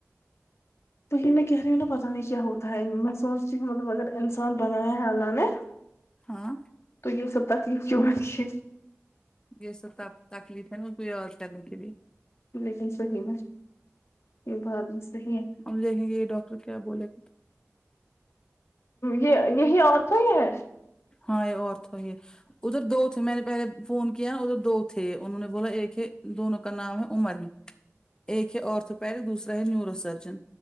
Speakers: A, on the left (about 60°); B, on the left (about 15°).
A: تو میں کہہ رہی ہوں نا پتا نہیں کیا ہوتا ہے میں سوچتی ہوں مطلب اگر انسان بنایا ہے اللہ نے <unintelligible>
B: ہاں
A: تو یہ سب تکلف جو وقش
B: یہ سب تکلیف ہے نا اس کو یہ اور کرنے کے لیے
A: لیکن صحیح مس یہ بات میں صحیح ہے
B: ہم دیکیں گے ڈاکٹر کیا بولے
A: یہ یہیں آرتھو ہی ہے
B: ہاں یہ آرتھو ہی ہے ادھر دو تھے میں نے پہلے فون کیا نا ادھر دو تھے انہوں نے بولا ایک ہے دونوں کا نام ہے عمر ہے ایک ہے آرتھوپیڈ دوسرا ہے نیورو سرجن